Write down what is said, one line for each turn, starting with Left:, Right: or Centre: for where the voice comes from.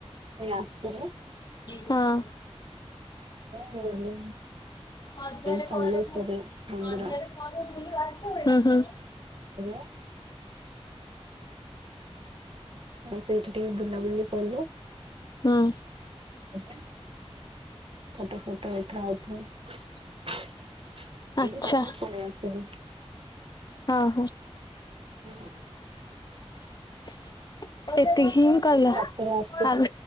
Right: ହୋଏ ଆସୁନୁ।
Left: ହଁ।
Right: ଗଲୁ
Left: ହଜାରେ
Right: ସମଲେଶ୍ଵରୀ
Left: ପରେ <inaudible>
Right: ମନ୍ଦିର
Left: ହଜାରେ ପରେ <inaudible> ହୁଁ ହୁଁ।
Right: <unintelligible> ସେଇଠି ଟିକବୁ <unintelligible>
Left: ହଁ।
Right: <unintelligible> ଫଟୋ ଫଟ ଉଠା <unintelligible>
Left: ଆଚ୍ଛା
Right: ପଳେଇ ଆସ।
Left: ହଁ ହୋ।
Right: ହୁଁ <inaudible>
Left: <inaudible> ଏତିକି ହିଁ କଲ
Right: ରାତିରେ ଆସିଲୁ
Left: ଆ